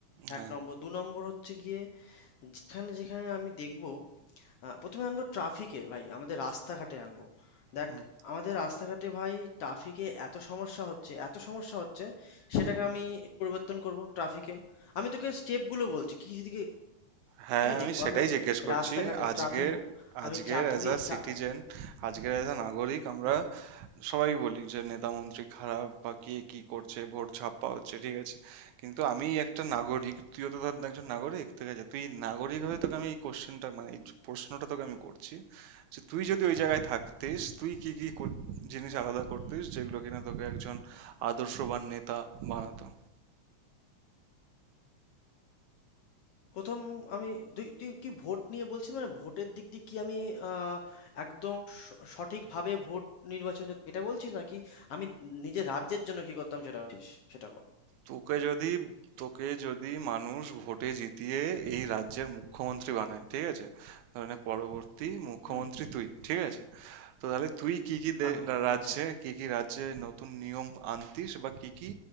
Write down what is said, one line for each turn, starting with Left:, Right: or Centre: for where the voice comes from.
Right: হ্যাঁ
Left: ১ নম্বর। ২ নম্বর হচ্ছে গিয়ে যেখানে, যেখানে আমি দেখবো আ প্রথমে আনবো ট্রাফিকে ভাই, আমাদের রাস্তাঘাটে আনবো। দেখ
Right: হুম।
Left: আমাদের রাস্তাঘাটে ভাই ট্রাফিকে এত সমস্যা হচ্ছে, এত সমস্যা হচ্ছে সেটাকে আমি পরিবর্তন করবো ট্রাফিকে। আমি তোকে স্টেপগুলো বলছি কি দিকে
Right: হ্যাঁ
Left: দিকে
Right: আমি
Left: দেখবো
Right: সেটাই
Left: আমি
Right: জিজ্ঞেস করছি
Left: রাস্তাঘাটে
Right: আজকের
Left: ট্রাফিক আমি
Right: আজকের
Left: চাকরি
Right: অ্যাজ আ
Left: চা
Right: সিটিজেন আজকের অ্যাজ আ নাগরিক আমরা
Left: হুম,
Right: সবাই বলি যে নেতা মন্ত্রী খারাপ বা কে কি করছে ভোট ছাপ্পা হচ্ছে ঠিক আছে কিন্তু আমি একটা নাগরিক তুইও তো ধর একজন নাগরিক ঠিক আছে তুই নাগরিক হয়ে তোকে আমি এই কোশ্চেনটা মানে এই প্রশ্নটা তোকে আমি করছি যে তুই যদি ওই জায়গায় থাকতিস তুই কি কি কর- জিনিস
Left: হুম।
Right: আলাদা করতিস যেগুলো কিনা তোকে একজন আদর্শবান নেতা বানাতো
Left: ১ম আমি তুই তুই কি ভোট নিয়ে বলছিস মানে ভোটের দিক দিয়ে কি আমি আ একদম স সঠিকভাবে ভোট নির্বাচন যাতে- এটা বলছিস নাকি আমি নিজের রাজ্যের জন্য কি করতাম সেটা বলছিস? সেটা বল।
Right: তোকে যদি তোকে যদি মানুষ ভোটে জিতিয়ে এই রাজ্যের মুখ্যমন্ত্রী বানায় ঠিক আছে ধরেনে পরবর্তী মুখ্যমন্ত্রী
Left: হুম।
Right: তুই ঠিক আছে তো তাহলে তুই কি কি দে-
Left: আমি
Right: রা- রাজ্যে
Left: আচ্ছা
Right: কি কি রাজ্যে নতুন নিয়ম আনতিস বা কি কি